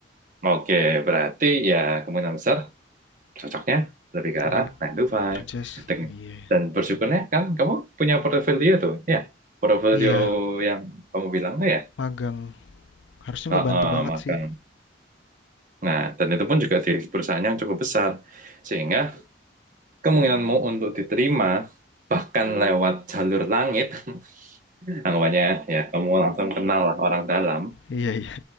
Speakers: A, on the right (about 45°); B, on the left (about 70°).
A: Oke, berarti ya kemungkinan besar Cocoknya lebih ke arah
B: Di
A: 9 to five,
B: kerja. s-
A: Dan,
B: Iya.
A: dan bersyukurnya kan kamu punya portfolio tuh. Ya, portfolio
B: Iya,
A: yang kamu bilang tuh ya.
B: magang. Harusnya
A: Heeh,
B: ngebantu banget
A: makan.
B: sih.
A: Nah, dan itu pun juga di perusahaan yang cukup besar. Sehingga kemungkinanmu untuk diterima bahkan lewat jalur langit, <laughs> anggapannya ya kamu langsung kenal lah orang dalam,
B: Iya, iya.